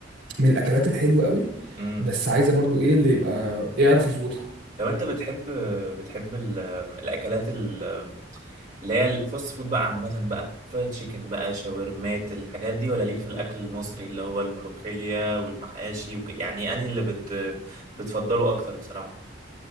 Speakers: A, on the right; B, on the right.
A: من الاكلات الحلوه قوي
B: امم
A: بس عايزه برضو ايه اللي يبقى إيه يعرف يظبطها
B: لو انت بتحب بتحب ال- الاكلات ال- اللي هي الفاست فود بقى عامه بقى فرايد تشيكن بقى شاورمات الحاجات دي ولا ليك في الاكل المصري اللي هو الملوخيه والمحاشي وك... يعني انهي اللي بت... بتفضله اكتر بصراحه